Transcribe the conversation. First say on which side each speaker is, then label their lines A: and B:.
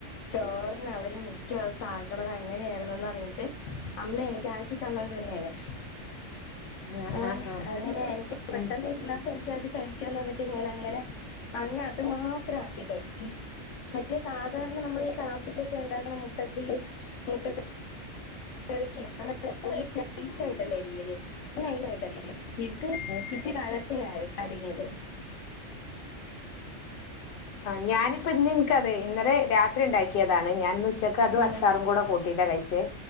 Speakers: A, on the left; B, on the left.
A: ചോറിനവര് മിക്ക ദിവസും ആക്ക്ണത് അങ്ങനെയാണെന്നെന്ന് പറഞ്ഞിട്ട് അമ്മയെനിക്ക് ആ ക്ക് തന്നോണ്ടിരുന്നയാണ്
B: ആഹ്
A: ഏഹ്
B: ആഹ് ആഹ്
A: അങ്ങനെ എനിക്ക് പെട്ടെന്ന്
B: ഉം
A: ഇരുന്നപ്പ എനിക്കത് കഴി ഴിക്കാൻതന്നിട്ട് ഞാൻ അങ്ങനെ അങ്ങ് അത് മാത്ര ആക്കി കഴിച്ച് മറ്റേ സാധാരണ നമ്മൾ ഈ കാപ്പിക്കൊക്കെ ഉണ്ടാക്ക്ണ മുട്ടക്ക് മുട്ടക്ക് <unintelligible> ഉള്ളി നൈസായിട്ടല്ലേ അരി രിയല് <unintelligible> നൈസായിട്ടല്ലേ. ഇത്
B: ഉം
A: ഇച്ചിരി കനത്തിനാരി അരിഞ്ഞത്.
B: ആഹ് ഞാനിപ്പോ ഇന്ന് ഇൻക്കതെ ഇന്നലെ രാത്രി ഇണ്ടാക്കിയതാണ് ഞാൻ ഇന്ന് ഉച്ചക്ക് അതും
A: ഉം
B: അ ച്ചാറും കൂടെ കൂട്ടിട്ട കഴിച്ചേ